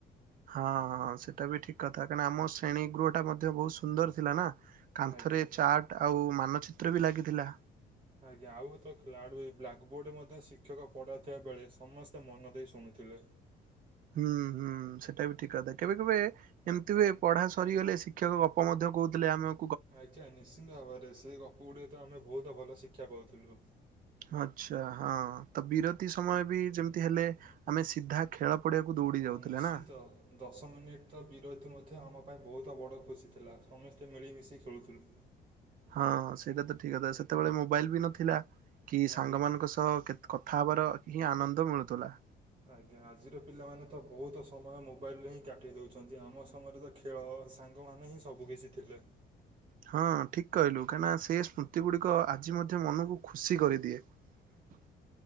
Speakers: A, on the right; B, on the right.
A: ହଁ ହଁ ସେଟା ବି ଠିକ କଥା କାହିଁକିନା ଆମ ଶ୍ରେଣୀ ଗୃହ ଟା ମଧ୍ୟ ବହୁତ ସୁନ୍ଦର ଥିଲା ନା। କାନ୍ଥରେ
B: ଆଜ୍ଞା।
A: ଚାଟ ଆଉ ମାନଚିତ୍ର ବି ଲାଗିଥିଲା।
B: ଆଜ୍ଞା ଆଉ ଗୋଟେ ଖେଳାଡ଼ି ବ୍ଲାକ୍ ବୋର୍ଡ ରେ ମଧ୍ୟ ଶିକ୍ଷକ ପଢା ଥିବା ବେଳେ ସମସ୍ତେ ମନ ଦେଇ ଶୁଣୁ ଥିଲେ।
A: ହୁଁ ହୁଁ ସେଟା ବି ଠିକ କଥା କେବେ କେବେ ଏମିତି ହୁଏ ପଢା ସରିଗଲେ ଶିକ୍ଷକ ଗପ ମଧ୍ୟ କହୁଥିଲେ ଆମ
B: ଆଜ୍ଞା ନିଶ୍ଚିନ୍ତ ଭାବରେ ସେ ଗପ ଗୁଡିକ ତ ଆମେ ବହୁତ ଭଲ ଶିକ୍ଷା ପାଉଥିଲୁ।
A: ଆଛା ହଁ ତ ବିରତି ସମୟ ବି ଯେମିତି ହେଲେ ଆମେ ସିଧା ଖେଳ ପଡିଆକୁ ଦୌଡି
B: ହଁ
A: ଯାଉଥିଲେ
B: ନିଶ୍ଚିନ୍ତ
A: ନା।
B: ଦଶ ମିନିଟ ତ ବିରତି ମଧ୍ୟ ଆମ ତ ବହୁତ ବଡ଼ ଖୁସି ଥିଲା ସମସ୍ତେ ମିଳିମିଶି ଖେଳୁଥିଲୁ।
A: ହଁ ସେଇଟା ତ ଠିକ କଥା ସେତେବେଳେ ମୋବାଇଲ ବି ନଥିଲା। କି ସାଙ୍ଗ
B: ଆଜ୍ଞା।
A: ମାନଙ୍କ ସହ କଥା ହବାର ହିଁ ଆନନ୍ଦ ମିଳୁଥିଲା।
B: ଆଜ୍ଞା ଆଜିର ପିଲାମାନେ ତ ବହୁତ ସମୟ ମୋବାଇଲରେ ହିଁ କାଟି ଦଉଛନ୍ତି ଆମ ସମୟରେ ତ ଖେଳ ସାଙ୍ଗମାନେ ହିଁ ସବୁ କିଛି ଥିଲେ।
A: ହଁ ଠିକ କହିଲୁ କାହିଁକିନା ସେ ସ୍ମୃତି ଗୁଡିକ ଆଜି ମଧ୍ୟ ମନକୁ ଖୁସି କରିଦିଏ। <inaudible>